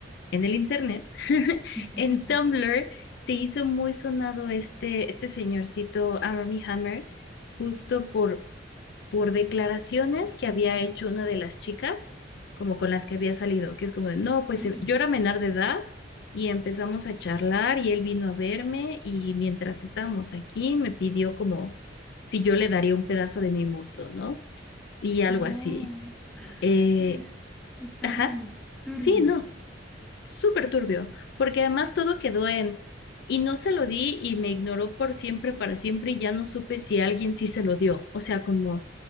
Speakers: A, on the left; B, in the centre.
A: en el internet, <laughs>
B: <laughs>
A: en Tumblr se hizo muy sonado este, este señorcito Armie Hammer, justo por por declaraciones que había hecho una de las chicas, como con las que había salido, que es como de, no, pues
B: Sí,
A: eh, yo era menor de edad y empezamos a charlar y él vino a verme y mientras estábamos aquí me pidió como si yo le daría un pedazo de mi muslo, ¿no? Y algo
B: no,
A: así. Eh,
B: yo- es terrible,
A: ajá,
B: turbio.
A: sí, no, súper turbio, porque además todo quedó en... Y no se lo di y me ignoró por siempre, para siempre, y ya no supe si alguien sí se lo dio. O sea, como